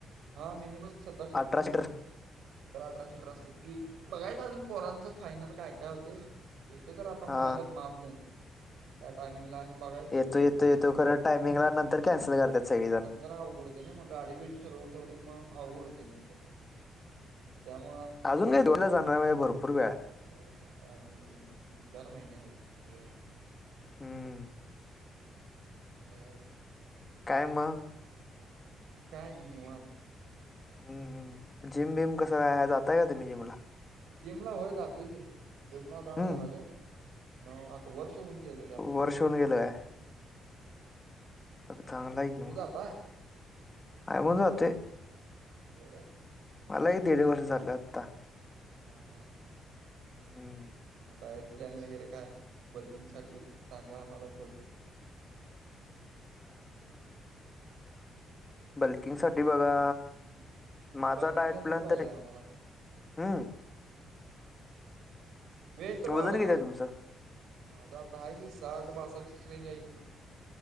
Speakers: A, on the right (about 80°); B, on the left (about 15°).
A: हा मिनी बस सतराशीटर
B: अठरा सीटर
A: सतरा, अठरा शीटर असते ती बघायच अजून पोरांचं फायनल काय काय होतय येतो तर आता म्हणालेत
B: हा
A: मापजन. त्या टायमिंगला आणि बघा
B: येतो येतो येतो करत टायमिंगला नंतर कॅन्सल करतात सगळेजण.
A: तर अवघड होते नाही मग गाडी बिडी ठरवून ठेवली की मग अवघड होते नंतर त्यामुळ
B: अजून नाही दोनला जाणार म्हणजे भरपूर वेळ हाय.
A: दिवाळी लांब आहे आजून दोन तीन चार महिने आहेत दिवाळीला.
B: हम्म
A: बघायच.
B: काय मग
A: काय आणि निवात.
B: हम्म हम जिम बिम कस काय ह जाताय का तुम्ही जिमला.
A: जिमला होय जातोय की जिमला आता
B: हम्म
A: झालं न वर्ष होऊन गेल.
B: वर्ष होऊन गेल काय चागलाय
A: तुम्ही
B: कि मग
A: जाताय
B: काय म्हणून जातोय.
A: होय का
B: मला ही दीड वर्ष झालं आता.
A: हा हा
B: हम्म
A: मग डायट प्लॅन वगैरे काय बल्किंग साठी सांगा आम्हाला थोडं.
B: बल्किंगसाठी बघा
A: हम्
B: माझा
A: बल्किंग
B: डायट
A: साठीच
B: प्लॅन
A: पाहिला
B: तरी
A: आम्हाला.
B: हम्म
A: वेट
B: वजन
A: वाढणाच.
B: किती आहे तुमचं
A: माझा आता आहे की साठ बासष्टची ट्रेंज हाय की.